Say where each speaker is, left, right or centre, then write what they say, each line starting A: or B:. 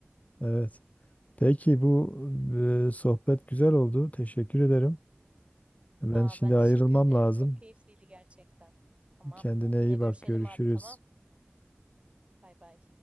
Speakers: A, on the left; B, on the right.
A: evet. Peki bu e, sohbet güzel oldu. Teşekkür ederim. Ben
B: Aa,
A: şimdi
B: ben
A: ayrılmam
B: teşekkür ederim.
A: lazım.
B: Çok keyifliydi gerçekten. Tamam.
A: Kendine
B: Yine
A: iyi
B: görüşelim
A: bak. Görüşürüz.
B: abi tamam. Bay bay.